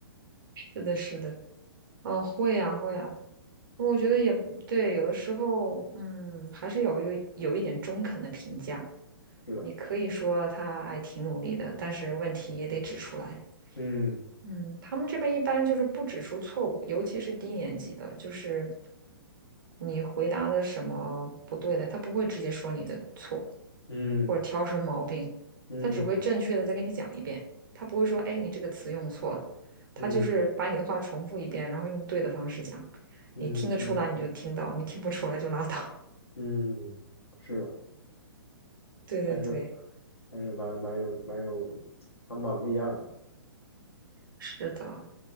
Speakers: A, on the right; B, on the left.
A: 是的，是的，嗯，会啊，会啊。我觉得也对，有的时候，嗯，还是有有有一点中肯的评价。
B: 是的，
A: 你可以说他哎挺努力的，但是问题也得指出来。
B: 嗯
A: 嗯，他们这边一般就是不指出错误，尤其是低年级的，就是你回答的什么不对的，他不会直接说你的错，
B: 嗯
A: 或者挑什么毛病，
B: 嗯
A: 他只会正确的再给你讲一遍，他不会说，哎，你这个词用错了，他就是把你的话重复一遍，
B: 嗯
A: 然后用对的方式讲，
B: 嗯嗯
A: 你听得出来你就听到，你听不出来就拉倒。
B: 嗯，是的，
A: <laughs> 对对对，
B: 还是还是蛮蛮有蛮有，还蛮不一样的。
A: 是的，